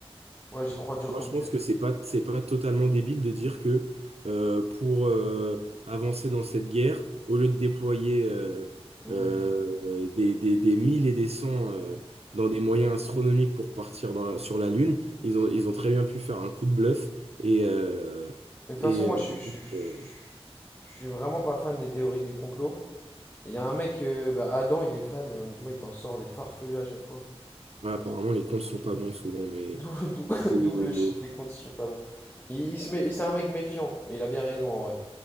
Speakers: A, on the left; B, on the right.
A: ouais j'y crois dur
B: Moi,
A: comme
B: je pense
A: fer.
B: que c'est pas, c'est pas totalement débile de dire que euh, pour euh, avancer dans cette guerre, au lieu de déployer euh,
A: Hmm.
B: euh, des, des, des mille et des cents euh, dans des moyens astronomiques pour partir dans la- sur la Lune, ils ont, ils ont très bien pu faire un coup de bluff et, euh,
A: Mais de
B: et
A: toute façon moi
B: euh,
A: je suis je
B: juste,
A: suis
B: euh,
A: je suis vraiment pas fan des théories du complot. Et Il y a un mec euh, bah, Adam il est fan et honnêtement il t'en sort des farfelus à chaque fois.
B: ouais, apparemment les comptes sont pas bons souvent, mais.
A: D'où d'où- <laughs>
B: Et-
A: d'où le ch- les comptes sont pas bons. Il, il se met, c'est un mec méfiant, mais il a bien raison en vrai.